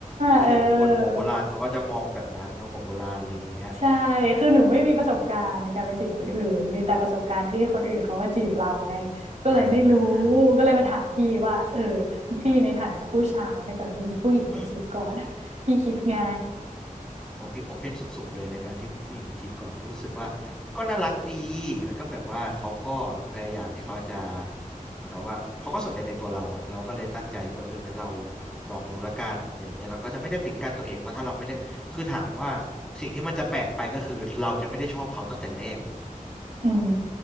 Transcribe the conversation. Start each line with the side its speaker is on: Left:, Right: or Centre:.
Centre: มันก็จะแบบคนหัวโบราณเขาก็จะมองแบบนั้นเนอะหัวโบราณอะไรอย่างเงี้ย
Right: เออ ใช่ คือหนูไม่มีประสบการณ์ในการไปจีบคนอื่น มีแต่ประสบการณ์ที่คนอื่นเขาว่าจีบเราไงก็เลยไม่รู้
Centre: อ่า
Right: ก็เลยมาถามพี่ว่าเออพี่ในฐานะผู้ชายถ้าเกิดมีผู้หญิงมาจีบก่อนอ่ะพี่คิดไง
Centre: อืม โอพี่โอเพนสุบๆเลยในการที่ผู้หญิงมาจีบก่อนพี่รู้สึกว่ามันก็น่ารักดีมันก็แบบว่าเขาก็พยายามที่เขาจะเหมือนกับว่าเขาก็สนใจในตัวเราอ่ะเราก็เลยตั้งใจที่ว่าเอองั้นเราลองดูละกันอะไรอย่างเงี้ยเราก็จะไม่ได้ปิดกั้นตัวเองเพราะถ้าเราไม่ได้คือถามว่าสิ่งที่มันจะแปลกไปก็คือเราจะไม่ได้ชอบเขาตั้งแต่แรก
Right: อืม